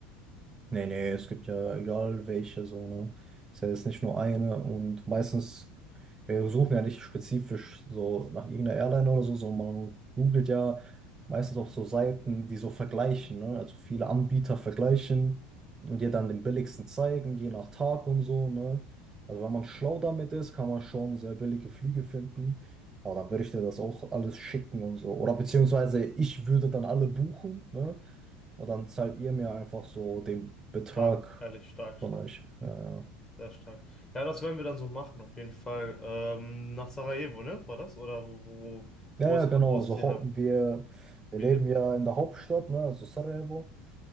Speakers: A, on the right (about 15°); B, on the left (about 15°).
A: Nee, nee, es gibt ja egal welche so, ne? Es ist ja jetzt nicht nur eine und meistens, wir suchen ja nicht spezifisch so nach irgendeiner Airline oder so, sondern man googelt ja meistens auch so Seiten, die so vergleichen, ne? Also viele Anbieter vergleichen und dir dann den billigsten zeigen, je nach Tag und so, ne? Also wenn man schlau damit ist, kann man schon sehr billige Flüge finden. Aber dann würde ich dir das auch alles schicken und so. Oder beziehungsweise ich würde dann alle buchen, ne? Und dann zahlt ihr mir einfach so den Betrag
B: Stark, ehrlich, stark,
A: von
B: stark,
A: euch. Ja, ja.
B: sehr stark. Ja, das werden wir dann so machen, auf jeden Fall. Ähm, nach Sarajevo, ne? War das? Oder wo, wo,
A: Ja,
B: wo
A: ja,
B: ist,
A: genau.
B: wo ist
A: Also
B: die,
A: hau- wir, wir
B: wie,
A: leben ja in der Hauptstadt, ne, also Sarajevo.